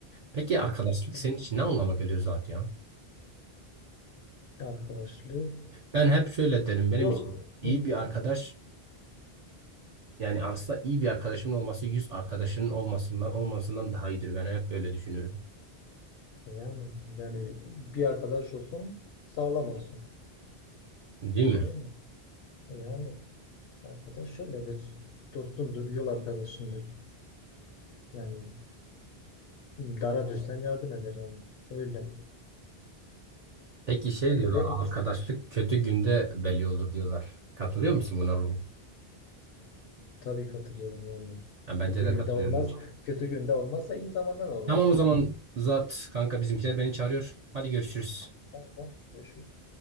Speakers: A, on the right; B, on the left.
A: Peki arkadaşlık
B: Hı.
A: senin için ne anlama geliyor Zuhat ya?
B: Arkadaşlık
A: Ben hep şöyle derim benim
B: yol.
A: için iyi
B: Hı.
A: bir arkadaş Yani aslında iyi bir arkadaşımın olması 100 arkadaşının olmasından olmasından daha iyidir. Ben hep böyle düşünürüm.
B: Yani yani bir arkadaş olsun, sağlam olsun.
A: Değil mi?
B: Değil mi? Yani arkadaş şöyledir. Dostundur, yol arkadaşındır. Yani Dara düşsen yardım eder yani. Öyle.
A: Peki şey
B: Öyle
A: diyorlar
B: değil mi?
A: arkadaşlık kötü günde belli olur diyorlar. Katılıyor musun buna Ruhu?
B: Tabii katılıyorum yani.
A: Yani bence
B: Kötü
A: de
B: günde
A: katılıyorum.
B: olmaz. Kötü günde olmazsa iyi zamanda da olmaz.
A: Tamam o zaman uzat kanka bizimkiler beni çağırıyor. Hadi görüşürüz.
B: Tamam, tamam. görüşürüz.